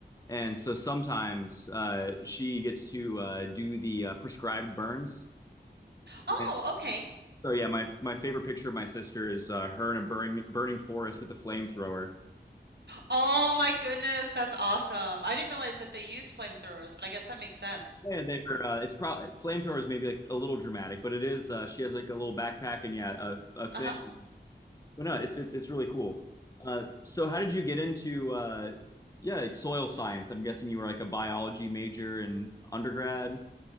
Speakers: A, on the left; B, on the right.
A: and so sometimes uh, she gets to uh, do the uh, prescribed burns.
B: Oh,
A: And
B: okay.
A: so yeah, my my favorite picture of my sister is uh, her in a burning burning forest with a flamethrower.
B: Oh my goodness, that's awesome. I didn't realize that they use flamethrowers, but I guess that makes sense.
A: Yeah, they are. Uh, it's probably flamethrower is maybe like a little dramatic, but it is. Uh, she has like a little backpack and yeah, a, a thing.
B: Uh-huh.
A: But no, it's it's it's really cool. Uh, so how did you get into uh, yeah, like soil science? I'm guessing you were like a biology major in undergrad.